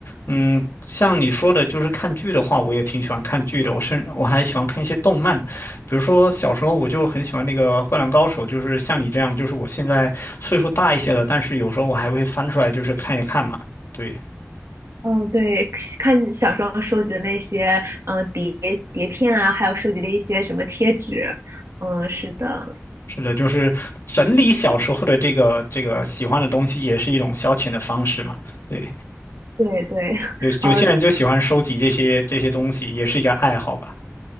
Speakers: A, on the left (about 60°); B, on the right (about 70°).
A: 嗯，像你说的，就是看剧的话，我也挺喜欢看剧的。我甚我还喜欢看一些动漫，比如说小时候我就很喜欢那个《灌篮高手》，就是像你这样，就是我现在岁数大一些了，但是有时候我还会翻出来，就是看一看嘛。对，
B: 嗯，对，看小时候收集的那些，嗯，碟碟片啊，还有收集的一些什么贴纸，嗯，是的，
A: 是的，就是整理小时候的这个这个喜欢的东西，也是一种消遣的方式嘛。对，
B: 对对，
A: 有有些人就喜欢收集这些这些东西，
B: <laughs> 哦，
A: 也是一个爱好吧。